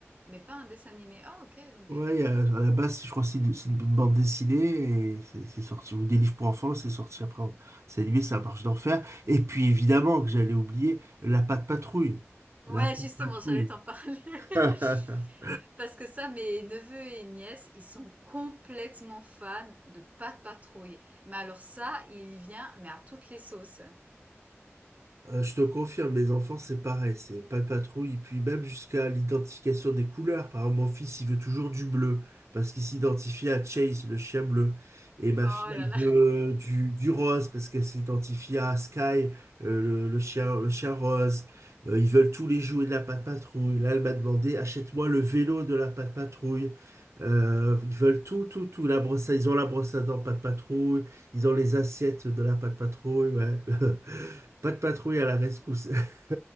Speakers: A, on the right; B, on the right.
A: mais pas un dessin animé. Ah OK, donc
B: Ouais,
A: regarde
B: il
A: ça
B: à
A: du coup.
B: la base, je crois que c'est une, c'est une bande dessinée et c'est c'est sorti, ou des livres pour enfants, c'est sorti après. en- C'est animé, ça marche d'enfer. Et puis évidemment que j'allais oublier la Patte Patrouille. La
A: Ouais,
B: Patte
A: justement,
B: Patrouille.
A: j'allais t'en parler <laughs>
B: <laughs>
A: parce que ça, mes neveux et nièces, ils sont complètement fans de Pat' Patrouille. Mais alors ça, il y vient, mais à toutes les sauces.
B: Euh, je te confirme, mes enfants, c'est pareil, c'est pas de patrouille. Et puis même jusqu'à l'identification des couleurs. Par exemple, mon fils, il veut toujours du bleu, parce qu'il s'identifie à Chase, le chien bleu. Et ma
A: Oh
B: fille, elle
A: là là!
B: veut du, du rose, parce qu'elle s'identifie à Sky, euh, le, le chien, le chien rose. Euh, ils veulent tous les jouets de la Patte Patrouille. Là, elle m'a demandé, achète-moi le vélo de la Patte Patrouille. Euh, ils veulent tout, tout, tout. La brosse à- ils ont la brosse à dents Patte Patrouille. Ils ont les assiettes de la Patte Patrouille. Ouais. <laughs> Pas de patrouille à la rescousse. <laughs>